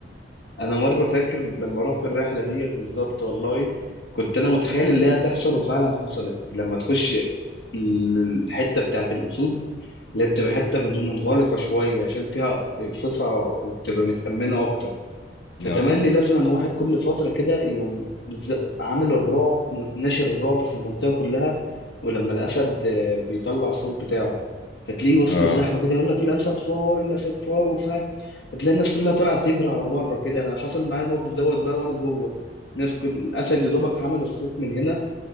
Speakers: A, on the left; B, on the left.
A: انا مره فاكر لما رحت الرحله ديت بالظبط والله كنت انا متخيل اللي هي تحصل وفعلا حصلت لما تخش ال- الحته بتاعت الاسود اللي هي بتبقى حته من- منغلقه شويه عشان فيها فصا وبتبقى متامنه اكتر
B: <laughs>
A: فتملي
B: اه
A: لازما واحد كل فترة كده يقوم ز- عامل الرعب ناشر الرعب في المنطقة كلها ولما الأسد آه، بيطلع الصوت بتاعه فتلاقيه وسط
B: اه
A: الزحمة كده يقول لك الأسد فار الأسد فار وفك فتلاقي الناس كلها طلعت تجري على بره كده أنا حصل معايا الموقف دوت بقى وأنا جوه الناس كل الأسد يا دوبك عمل الصوت من هنا